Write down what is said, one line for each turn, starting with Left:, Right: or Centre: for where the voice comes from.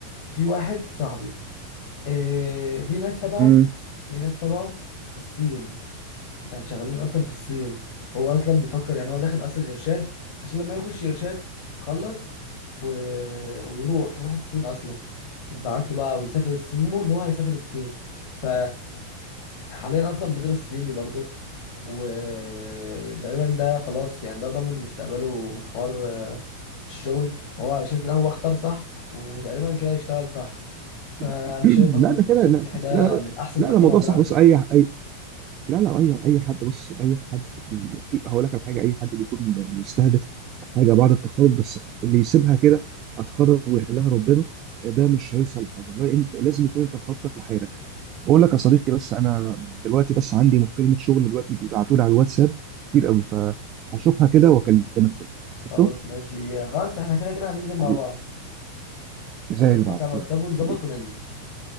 Left: في واحد صاحبي إيه ليه ناس تبعه
Right: امم
Left: ليه ناس تبعه في الصين يعني شغالين اصلا في الصين هو اصلا بيفكر يعني هو داخل اصلا ارشاد عشان لما يخش ارشاد خلص و... ويروح يروح الصين اصلا يتبعت له بقى ويسافر الصين مو ان هو هيسافر الصين ف حاليا اصلا بيدرس صيني برضه وتقريبا ده خلاص يعني ده ضامن مستقبله من حوار آه، الشغل هو علشان كده هو اختار صح وتقريبا كده يشتغل صح فانا
Right: <clears throat>
Left: شايف برضه
Right: لا ده
Left: ان
Right: كده
Left: ارشاد
Right: لا
Left: صحي ده
Right: لا
Left: من احسن
Right: لا
Left: الاقسام
Right: ده موضوع
Left: عندنا
Right: صح
Left: على
Right: بص
Left: فكره
Right: اي اي لا لا اي اي حد بص اي حد بي في هقول لك على حاجه اي حد بيكون مستهدف حاجه بعد التخرج ده الصح اللي يسيبها كده اتخرج ويحلها ربنا ده مش هيوصل لحاجه لا انت لازم يكون انت مخطط لحياتك بقول لك يا صديقي بس انا دلوقتي بس عندي مكالمه شغل دلوقتي بيبعتوا لي على الواتساب كتير قوي فهشوفها كده واكلمك تاني قشطه
Left: خلاص ماشي خلاص احنا كده كده هننزل مع
Right: حبيبي
Left: بعض
Right: زي
Left: هكلمك
Right: البعض
Left: على الواتساب
Right: يلا
Left: ونظبط
Right: حبيبي
Left: وننزل